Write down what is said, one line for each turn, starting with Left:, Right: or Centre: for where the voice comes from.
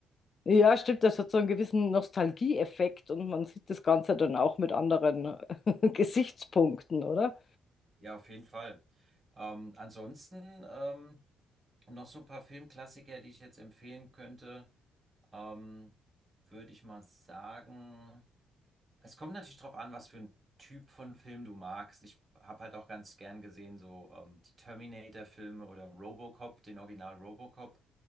Left: Ja, stimmt, das hat so einen gewissen Nostalgieeffekt und man sieht das Ganze dann auch mit anderen <laughs> Gesichtspunkten, oder?
Right: Ja, auf jeden Fall. Ähm, ansonsten ähm, noch so ein paar Filmklassiker, die ich jetzt empfehlen könnte, ähm, würde ich mal sagen. Es kommt natürlich drauf an, was für ein Typ von Film du magst. Ich habe halt auch ganz gern gesehen, so ähm, die Terminator-Filme oder Robocop, den Original Robocop,